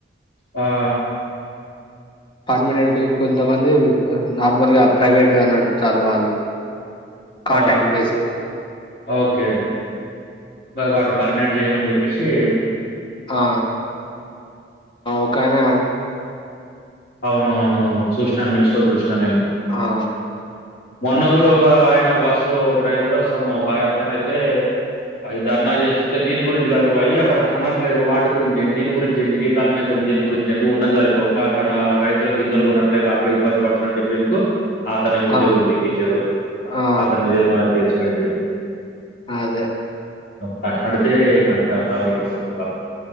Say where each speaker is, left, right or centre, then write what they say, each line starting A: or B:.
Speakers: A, on the left (about 60°); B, on the left (about 30°).
A: ఆ ఆ
B: పర్మనెంట్ కొంతమంది నార్మల్గా ప్రైవేట్ గా నడుపుతల్లూ వాళ్ళు కాంటాక్ట్
A: ఆ!
B: బేసు
A: ఓకే వాటిని పర్మినెంట్ చేయమని చెప్పేసి
B: ఆ ఒకయానా
A: అవును అవును చూసినాను న్యూస్ లో చూసినా నేను
B: ఆ
A: మొన్న కూడా ఒక ఆయన బస్సు డ్రైవరో సమ్ ఒక అయి అతను అయితే అవి ధర్నా చేస్తుంటే దీని గురించి కద్ర బాయి అక్కడ కొన్నట్లేదు వాటి గురించి దీని గురించి జీతాలు పెంచ దీని గురించి అండి ఉన్నది సరిపోక అక్కడ రైతుల గింజలు కొనట్లేక అట్లా ఇబ్బంది పడుతుందని చెప్పేందుకు అతని ఉద్యోగం
B: ఆ
A: బీకే చిరు
B: ఆ
A: అతని మీదే మల కేసు ఫైల్ చేశారు
B: అ అదే
A: ప్రశ్న అడిగితే అంత అట్లాగా అయిపోతుంది పాపం